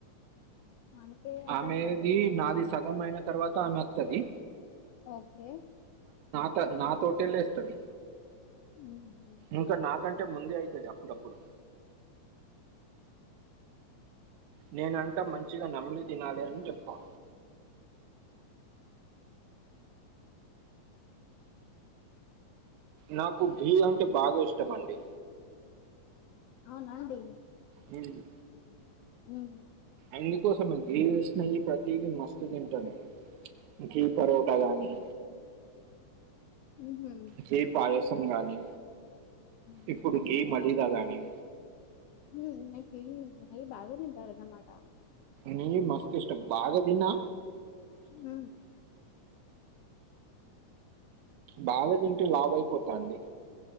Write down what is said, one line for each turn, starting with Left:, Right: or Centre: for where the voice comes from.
Left: అంటే అర్ధం
Right: ఆమెది
Left: కాలే
Right: నాది సగం అయిన తర్వాత ఆమె అత్తది
Left: ఓకే
Right: ట నాతోటే లేస్తది
Left: ఉహు
Right: ఇంకా నా కం టే ముందే అయితది అప్పుడుప్పుడు నేనంటా మంచిగా నమ్మిలి తినాలి అని చెప్తా నాకు గిల్ అంటే బాగా ఇష్టమండి
Left: అవునా అండి
Right: మను
Left: ఉమ్
Right: ఎందుకోసం గీ వేసినేయి ప్రతీదీ మస్తు తింటాను గీ పరోటా కానీ
Left: ఉహు
Right: గీ పాయసం గాని
Left: ఉమ్
Right: ఇప్పుడు గీ మదీద గాని
Left: ఉమ్ నాకేం నెయ్యి బాగా తింటారన్నమాట
Right: నెయ్యి మస్తు ఇష్టం బాగా తిన్నా
Left: హ
Right: బాగా తింటే లావ అయిపోతా అండి